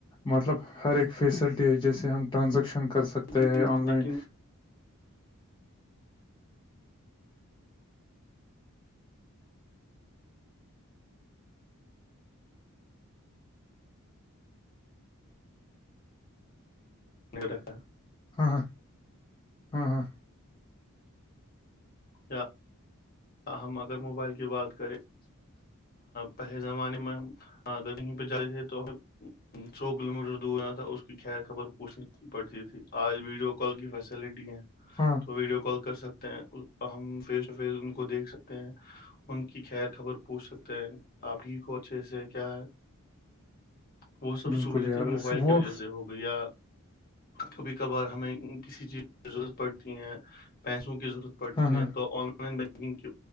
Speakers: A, on the left (about 20°); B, on the left (about 45°).
A: مطلب ہر ایک فیسلٹی ہے جیسے ہم ٹرانزیکشن کر سکتے
B: چیز
A: ہیں آن لائن
B: لیکن رکھا
A: ہاں ہاں ہاں ہاں
B: یا ہم اگر موبائل کی بات کریں
A: <inaudible>
B: پہلے زمانے میں ہمیں پہ جاتے تھے تو سو کلو میٹر دور رہ تھا اس کی خیر خبر پوچھنی پڑتی تھی آج ویڈیو کال کی فیسلٹی ہے
A: ہاں
B: تو ویڈیو کال کر سکتے ہیں ہم فیس ٹو فیس ان کو دیکھ سکتے ہیں ان کی خیر خبر پوچھ سکتے ہیں آپ ٹھیک ہو اچھے سے کیا ہے وہ سب
A: بالکل
B: سہولتیں
A: یار
B: موبائل
A: اس وہ
B: کی وجہ سے ہو گی یا کبھی کبھار ہمیں کسی چیز کی ضرورت پڑتی ہے پیسوں کی ضرورت پڑتے
A: ہاں ہاں
B: ہیں تو آن لائن بینکنگ